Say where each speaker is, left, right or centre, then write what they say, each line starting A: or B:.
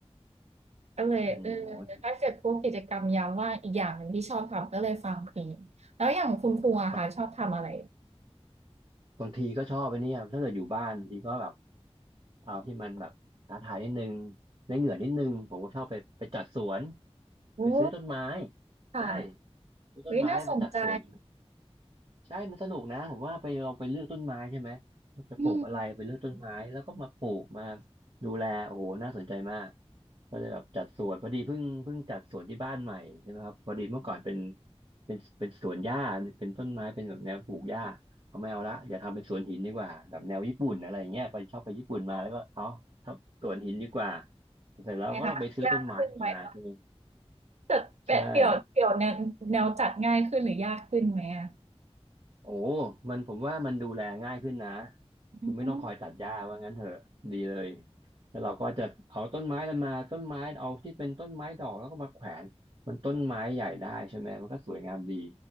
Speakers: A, on the right; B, on the right.
A: ก็เลยเออถ้าเกิดพวกกิจกรรมยามว่างอีกอย่างหนึ่งที่ชอบทำก็เลยฟังเพลงแล้วอย่างคุณครูอะค่ะชอบทำอะไร
B: โอ้โห บางทีก็ชอบไปเนี่ยถ้าเกิดอยู่บ้านบางทีก็แบบเอาที่มันแบบท้าทายนิดนึงได้เหงื่อนิดนึง ผมก็ชอบไปไปจัดสวน
A: โอ้
B: ไปซื้อต้นไม้
A: ค่ะ
B: ใช่ซื้อต้นไม้มาจัดสวน
A: เฮ้ยน่าสนใจ
B: ใช่มันสนุกนะผมว่าไปลองไปเลือกต้นไม้ใช่ไหมว่าจะปลูกอะไรไปเลือกต้นไม้แล้วก็มาปลูกมา
A: อืม
B: ดูแลโอ้โหน่าสนใจมากก็เลยแบบจัดสวนพอดีเพิ่งเพิ่งจัดสวนที่บ้านใหม่ใช่ไหมครับพอดีเมื่อก่อนเป็นเป็นเป็นสวนหญ้าเป็นต้นไม้เป็นแบบแนวปลูกหญ้าเอาไม่เอาละอย่าทำเป็นสวนหินดีกว่าแบบแนวญี่ปุ่นอะไรอย่างเงี้ยไปชอบไปญี่ปุ่นมาแล้วก็เอาทับสวนหินดีกว่าเสร็จแล้วก็ต้องไปซื้อต้นไม้มาใช่ไหม
A: ไงคะยากขึ้นไหมคะเกิดแปดเดี่ยวเดี่ยวแนวแนวจัดง่ายขึ้นหรือยากขึ้นไหมอะ
B: ใช่ โอ้มันผมว่ามันดูแลง่ายขึ้นนะ
A: อืม
B: คือไม่ต้องคอยตัดหญ้าว่างั้นเถอะดีเลยแล้วเราก็จะเอาต้นไม้มันมาต้นไม้เอาที่เป็นต้นไม้ดอกแล้วก็มาแขวนมันต้นไม้ใหญ่ได้ใช่ไหมมันก็สวยงามดี